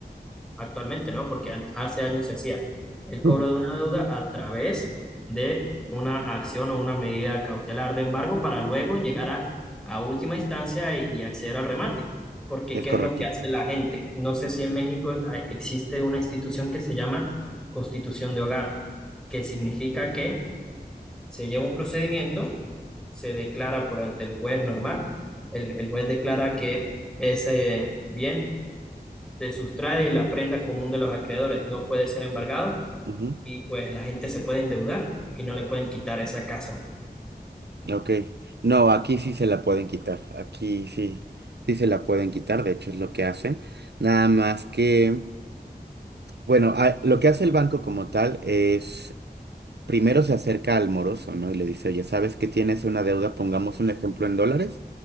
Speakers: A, in the centre; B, on the right (about 85°).
A: actualmente no, porque hace años se hacía el cobro
B: <laughs> ujú,
A: de una deuda a través de una acción o una medida cautelar de embargo para luego llegar a, a última instancia y, y acceder al remate. Porque,
B: Es
A: ¿qué
B: correcto.
A: es lo que hace la gente? No sé si en México eh, existe una institución que se llama Constitución de Hogar, que significa que se lleva un procedimiento se declara por ante el juez normal. El, el juez declara que ese bien se sustrae la prenda común de los acreedores, no puede ser embargado
B: Ujú,
A: y pues la gente se puede endeudar y no le pueden quitar esa casa.
B: Ok. No, aquí sí se la pueden quitar. Aquí sí, sí se la pueden quitar. De hecho, es lo que hacen. Nada más que... Bueno, a- lo que hace el banco como tal es primero se acerca al moroso, ¿no? Y le dice, oye, ¿sabes que tienes una deuda? Pongamos un ejemplo en dólares